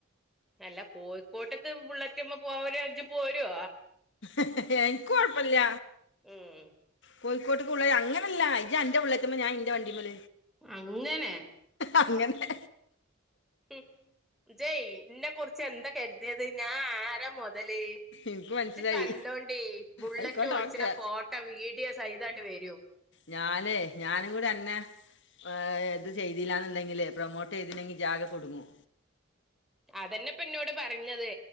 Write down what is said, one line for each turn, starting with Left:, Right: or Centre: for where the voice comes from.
Centre: അല്ല കോഴിക്കോട്ക്ക് ബുള്ളറ്റ്മ്മൽ പോവാൻ വിചാരിച്ച ഇജ് പോരോ
Left: ഏഹ്ഹ് എനിക്ക് കൊയപ്പം ഇല്ല
Centre: ഉം
Left: കോഴിക്കോട്ടക്ക് പോണേ അങ്ങനല്ല ഇയ്യ് അന്റെ ബുള്ളറ്റ്മ്മൽ ഞാൻ ഇന്റെ വണ്ടിമ്മൽ
Centre: അങ്ങനെ
Left: അങ്ങനെ
Centre: ഹ്ഹ ഇജ് എന്നെ കുറിച്ച് എന്താ കരുതിയത് ഞാൻ ആരാ മൊതല്
Left: എനിക്ക് മനസ്സിലായി
Centre: ഇജ് കണ്ടോണ്ടി ബുള്ളറ്റ്
Left: ആയിക്കോട്ടെ
Centre: ഓടിക്കണ
Left: ഓക്കെ
Centre: ഫോട്ടോ വീഡിയോ സഹിദം അങ്ങട്ട് വരും
Left: ഞാനെ ഞാനും കൂടി അന്നേ ഏ ത് ചെയ്തില്ലാന്നുണ്ടെങ്കില് പ്രൊമോട്ട് ചെയ്തില്ലെങ്കിൽ ഇജാകെ കുടുങ്ങും
Centre: അതന്നെപ്പന്നോട് പറഞ്ഞത്